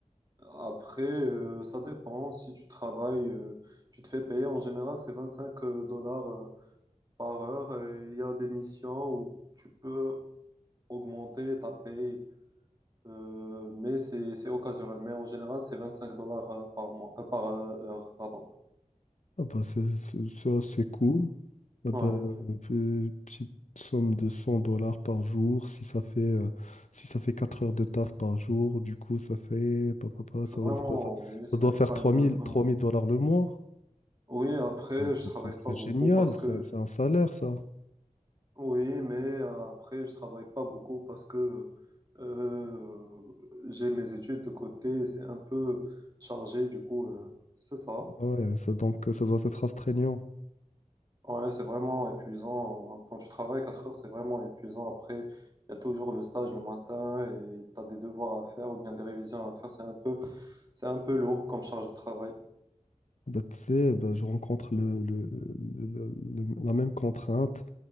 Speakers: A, on the right; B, on the left.
A: Après, euh, ça dépend. Si tu travailles, euh, tu te fais payer. En général, c'est 25 euh, dollars euh, par heure. Et il y a des missions où tu peux augmenter ta paye Euh, mais c'est c'est occasionnel. Mais en général, c'est 25 dollars euh, par mois, euh, par euh, heure, pardon.
B: Ah bah c'est- c'est- ça, c'est cool. Ah bah,
A: Ouais,
B: euh,
A: oui.
B: petite somme de 100 dollars par jour, si ça fait, euh, si ça fait 4 heures de taf par jour, du coup, ça fait... pa, pa, pa,
A: C'est
B: ça,
A: vraiment,
B: va- ça, ça-
A: oui, c'est-
B: ça doit faire
A: ça
B: 3000
A: aide vraiment.
B: 3000 dollars le mois.
A: Oui, après,
B: Bah, C'est
A: je travaille
B: c'est- c'est
A: pas beaucoup
B: génial,
A: parce que,
B: c'est c'est un salaire, ça.
A: oui, mais euh, après, je travaille pas beaucoup parce que euh, j'ai mes études de côté, c'est un peu chargé, du coup, euh, c'est ça.
B: Ah Ouais, ça, donc, euh, ça doit être astreignant.
A: Ouais, c'est vraiment épuisant. Quand tu travailles 4 heures, c'est vraiment épuisant. Après, il y a toujours le stage le matin et tu as des devoirs à faire ou bien des révisions à faire. C'est un peu, c'est un peu lourd comme charge de travail.
B: Bah, tu sais, bah, je rencontre le, le- le- le- le- la même contrainte.